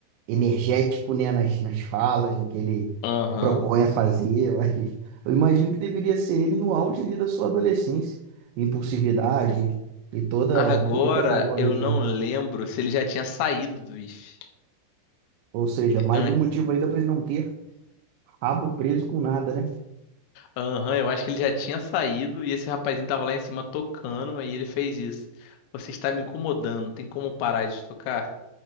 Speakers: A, on the right; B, on the left.
A: energético, né, nas, nas falas, no que ele
B: Aham.
A: propõe a fazer, <laughs> mas eu imagino que deveria ser ele no auge ali da sua adolescência, impulsividade e toda
B: Agora
A: tudo que acompanha
B: eu
A: junto.
B: não lembro se ele já tinha saído do IF.
A: Ou seja, mais
B: An-
A: um motivo ainda para ele não ter rabo preso com nada, né?
B: Aham, eu acho que ele já tinha saído e esse rapazinho tava lá em cima tocando, aí ele fez isso. Você está me incomodando, tem como parar de tocar?